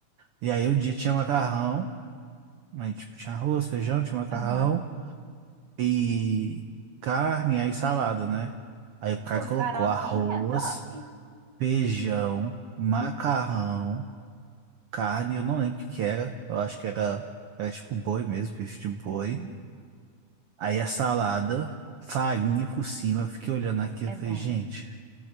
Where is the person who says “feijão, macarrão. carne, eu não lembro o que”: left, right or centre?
Right